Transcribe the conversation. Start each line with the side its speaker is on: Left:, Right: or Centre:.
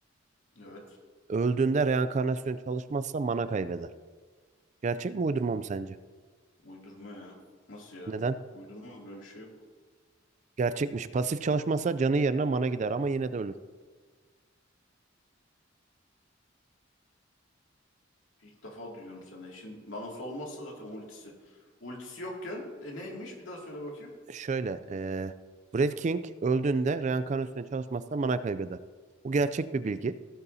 Left: Evet.
Right: Öldüğünde reenkarnasyon çalışmazsa mana kaybeder. Gerçek mi uydurma mı sence?
Left: Uydurma ya. Nasıl ya?
Right: Neden?
Left: Uydurma mı? Böyle bir şey yok.
Right: Gerçekmiş. Pasif çalışmazsa canı yerine mana gider ama yine de ölür.
Left: İlk defa duyuyorum senden. Şimdi manası olmazsa zaten ultisi. Ultisi yokken e neymiş? Bir daha söyle bakayım.
Right: Şöyle, eee Brad King öldüğünde reenkarnasyona çalışmazsa mana kaybeder. Bu gerçek bir bilgi.